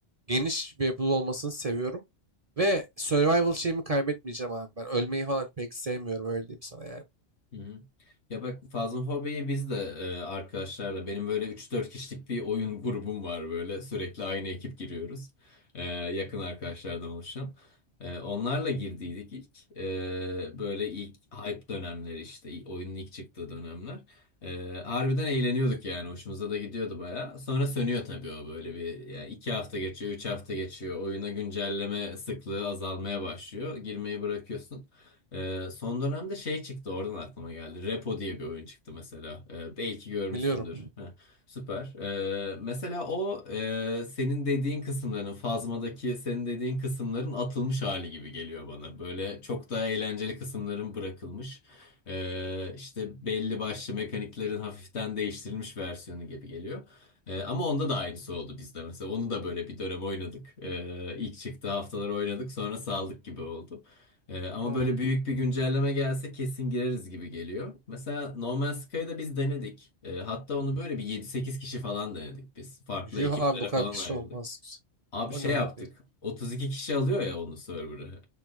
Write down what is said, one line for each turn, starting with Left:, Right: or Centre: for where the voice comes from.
Right: geniş bir yapıda olmasını seviyorum. Ve survival şeyimi kaybetmeyeceğim abi. Ben ölmeyi falan pek sevmiyorum öyle diyeyim sana yani.
Left: Hı hı. Ya bak Fazıl hobiyi biz de e, arkadaşlarla benim böyle üç dört kişilik bir oyun grubum var böyle sürekli aynı ekip giriyoruz. E, yakın arkadaşlardan oluşan. E, onlarla girdiydik ilk. E, böyle ilk hype dönemleri işte i- oyunun ilk çıktığı dönemler. E, harbiden eğleniyorduk yani hoşumuza da gidiyordu baya. Sonra sönüyor tabii o böyle bir yani 2 hafta geçiyor 3 hafta geçiyor oyuna güncelleme sıklığı azalmaya başlıyor. Girmeyi bırakıyorsun. Ee, son dönemde şey çıktı oradan aklıma geldi. Repo diye bir oyun çıktı mesela. Ee, belki görmüşsündür.
Right: Biliyorum.
Left: Heh, süper. Ee, mesela o e, senin dediğin kısımların Phasma'daki senin dediğin kısımların atılmış hali gibi geliyor bana. Böyle çok daha eğlenceli kısımların bırakılmış. Ee, işte belli başlı mekaniklerin hafiften değiştirilmiş versiyonu gibi geliyor. Ee, ama onda da aynısı oldu bizde mesela. Onu da böyle bir dönem oynadık. Ee, ilk çıktığı haftalar oynadık sonra saldık gibi oldu. Ee, ama
Right: Hmm.
Left: böyle büyük bir güncelleme gelse kesin gireriz gibi geliyor. Mesela No Man's Sky'ı da biz denedik. Ee, hatta onu böyle bir yedi sekiz kişi falan denedik biz. Farklı
Right: Yuh
Left: ekiplere
Right: abi bu kadar
Left: falan
Right: kişi
Left: ayrıldık.
Right: olmaz.
Left: Abi
Right: O
Left: şey
Right: ne abi?
Left: yaptık. 32 kişi alıyor ya onun server'ı.